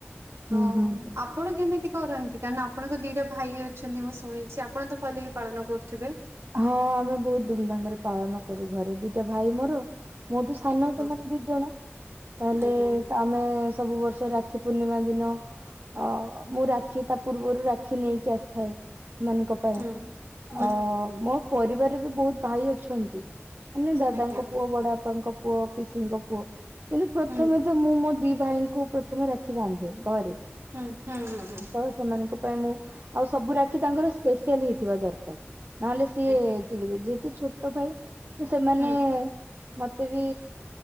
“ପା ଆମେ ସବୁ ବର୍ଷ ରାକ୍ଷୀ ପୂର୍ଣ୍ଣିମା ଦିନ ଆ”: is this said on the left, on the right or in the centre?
Right